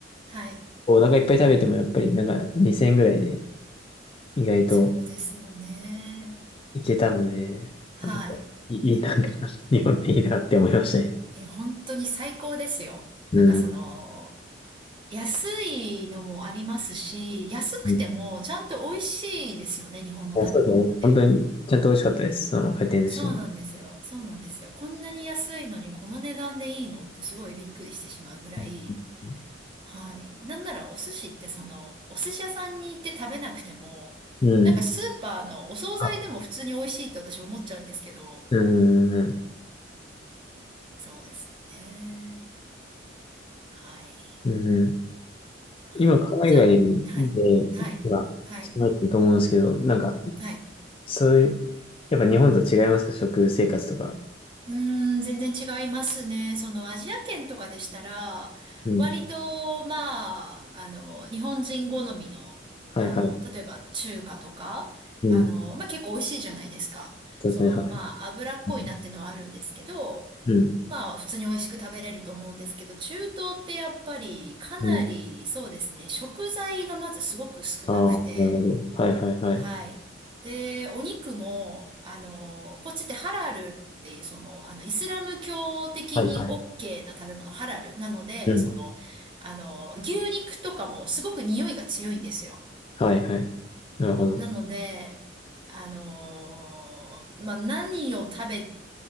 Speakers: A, on the right (about 25°); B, on the left (about 30°).
A: はい。
B: お腹いっぱい食べてもやっぱりなんか2000円ぐらいで意外と
A: そうですよね。
B: いけたので、
A: は
B: あやっぱいい、いいなんか <laughs> 日本でいいなって思いましたね。
A: い。いや、本当に最高ですよ。
B: うん。
A: なんかその、安いのもありますし、安くてもちゃんと美味しいですよね、
B: うん
A: 日本の食べ物って。
B: いやそうですね。本当にちゃんと美味しかったです。その回転寿司も。
A: そうなんですよ。そうなんですよ。こんなに安いのにこの値段でいいのってすごいびっくりしてしまうぐらい。
B: うん。
A: はい。なんならお寿司ってその、お寿司屋さんに行って食べなくても、
B: うん。
A: なんかスーパーのお惣菜でも普通に美味しいって私思っちゃうんですけど、
B: あうんうんうん。
A: そうですよね。はい。
B: うん
A: はい。
B: 今、海外で、
A: じゃあ、はい。はい。
B: 今、
A: はい。
B: 住まれてると思うんですけど、なんか、
A: はい。
B: そういう、やっぱ日本と違いますか食生活とか。
A: うーん、全然違いますね。そのアジア圏とかでしたら、
B: うん
A: 割と、まあ、あの、日本人好みの、
B: はいはい。
A: あの、例えば中華とか、
B: うん。
A: あの、まあ結構美味しいじゃないですか。
B: そうですね、
A: その、
B: はい。
A: まあ、脂っこいなっていうのはあるんですけど、
B: うん。うん。
A: まあ、普通に美味しく食べれると思うんですけど、中東ってやっぱりかなり、
B: うん
A: そうですね、食材がまずすごく少なくて、
B: ああー、なるほど。はいはいはい。
A: はい。で、お肉も、あの、こっちってハラルっていう、その、あの、イスラム教的に
B: はいはい。
A: OK な食べ物、ハラル。なので、
B: うん。
A: その、あの、牛肉とかもすごく匂いが強いんですよ。
B: はいはい。なるほど。
A: なので、あの、まあ、何を食べ、